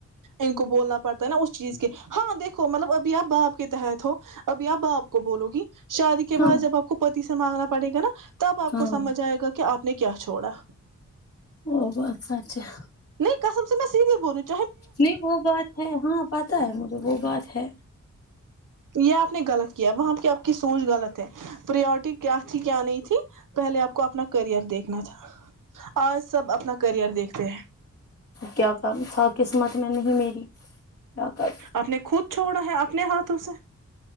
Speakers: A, on the right; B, on the left.
A: ان کو بولنا پڑتا نا اس چیز کے ہاں دیکھو مطلب ابھی آپ باپ کے تحت ہو ابھی آپ باپ کو بولو گی شادی کے بعد
B: ہاں
A: جب آپ کو پتی سے مانگنا پڑے گا نا تب آپ
B: ہاں
A: کو سمجھ آئے گا آپ نے کیا چھوڑا
B: وہ بس اچ ہے
A: نہیں کسم سے میں سیدھے بول رہوں
B: نہیں وہ بات ہے ہاں پتا ہے مجھے وہ بات ہے
A: یہ آپ نے غلط کیا وہاں پہ آپ کی سوچ غلط ہے پرورٹی کیا تھی کیا نہیں تھی پہلے آپ کو اپنا کرئر دیکھنا تھا آج سب اپنا کرئر دیکھتے ہیں
B: کیا کر تھا قسمت میں نہیں میری کیا کر
A: آپ نے خود چھوڑا ہے اپنے ہاتھوں سے